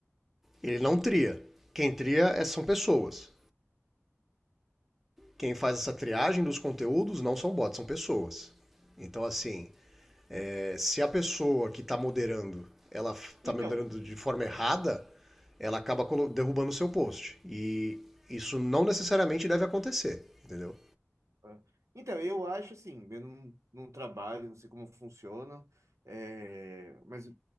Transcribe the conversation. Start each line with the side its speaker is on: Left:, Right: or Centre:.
Centre: Ele não tria. Quem tria é- são pessoas. Quem faz essa triagem dos conteúdos não são bots, são pessoas. Então, assim, é, se a pessoa que está moderando, ela está
Right: Então,
Centre: moderando de forma errada, ela acaba colo- derrubando o seu post. E isso não necessariamente deve acontecer, entendeu?
Right: É. Então, eu acho assim, eu não, não trabalho, não sei como funciona, é, mas